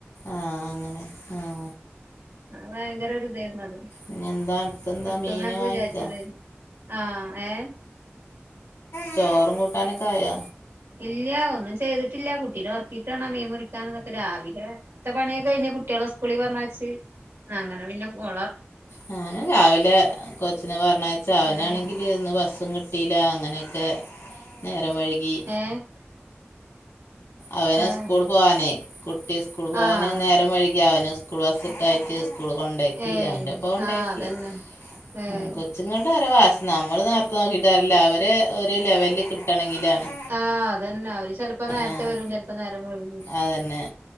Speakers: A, on the left; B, on the right.
A: ആഹ് അങ്ങനെ ആഹ
B: ആ ഭയങ്കര ഇതേയ്ര്ന്നത്
A: ഇനി എന്താ അനക്കെന്താ
B: കിട്ടൂന്നൊക്കെ
A: മീൻ വാങ്ങിക്കാ
B: വിചാരിച്ചതേര്ന്ന് ആഹ് ഏഹ്
A: ചോറും കൂട്ടാനൊക്കെ ആായ
B: ഇല്ല ഒന്നും ചെയ്തിട്ടില്ല കുട്ടീനെ ഉറക്കിയിട്ട് വേണം മീൻ മുറിക്കാൻ ന്നൊക്കെ രാവിലെ ഇ പണിയൊക്കെ കഴിഞ് കുട്ടിയാളെ സ്കൂളിൽ പറഞ്ഞയച്ച് അങ്ങനെ പിന്നെ വള
A: ഞാന് രാവിലെ കൊച്ചിന് പറഞ്ഞാഴച്ച് അവനാണെങ്കിൽ
B: അങ്ങനടിരുന്ന്
A: ഇരുന്ന് ബസ്സും കിട്ടീല്ല അങ്ങനെയൊക്കെ നേരം വെഴുകി
B: ഏഹ്
A: അവന്
B: ആഹ്
A: സ്കൂൾ പോവാനെ കുട്ടി സ്കൂൾ പോകാന്
B: ആഹ്
A: നേരം വെഴികി അവന് സ്കൂൾ ബസ്സിട്ടായിട്ട് സ്കൂൾ കൊണ്ടാക്കി
B: ഏഹ്
A: അവൻന്റെ ഇപ്പ കൊണ്ടാക്കി
B: ആഹ് അതന്നെ ഏഹ്
A: അ അച്ച്ചും കൊണ്ട് അവരോ വാസ് നമ്മള് നേർത്ത് നോക്കിയിട്ട് കാര്യല്ല അവരെ ഒരു ലെവലിൽ കിട്ടണമെങ്കിലാണ്
B: ആഹ് അതന്നെ അവര് ചെലപ്പോ നേരത്തെ
A: ആഹ്
B: വരും ചെലപ്പോ നേരം വൈകും
A: അതന്നെ